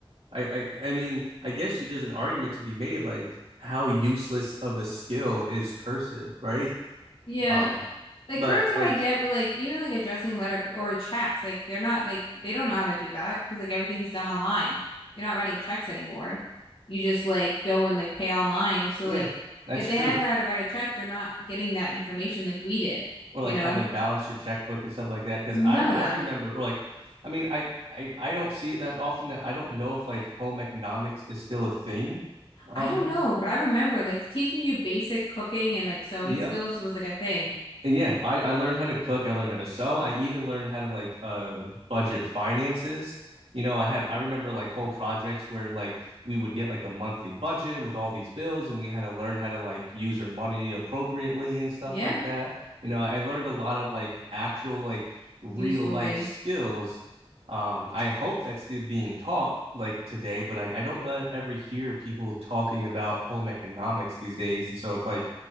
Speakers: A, on the right; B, on the left.
A: I, I I mean, I guess you, there's an argument to be made, like how useless of a skill is cursive, right?
B: Yeah.
A: Um,
B: Like
A: but
B: cursive
A: like,
B: I get, but like even like addressing letter p- or checks, like they're not like they don't know how to do that because like everything's done online. You're not writing checks anymore. You just like go and like pay online. So
A: yeah,
B: like
A: that's
B: if they
A: true.
B: ever had to write a check, they're not getting that information like we did,
A: Or
B: you
A: like
B: know?
A: how to balance your checkbook and stuff like that. Because
B: None
A: I I
B: of that.
A: remember, or like, I mean, I, I I don't see it that often. That I don't know if like home economics is still a thing, um,
B: I don't
A: in
B: know,
A: school.
B: but I remember like teaching you basic cooking and like sewing
A: Yep.
B: skills was like a thing.
A: Yeah, I, I learned how to cook. I learned how to sew. I even learned how to like uh budget finances. You know, I had I remember like whole projects where like we would get like a monthly budget with all these bills and we had to learn how to like use our money appropriately and stuff
B: Yeah,
A: like that. You know, I learned a lot of like actual like real
B: useful
A: life
B: things.
A: skills. Um, I hope that's still being taught like today, but I, I don't really ever hear people talking about home economics these days. And so it's like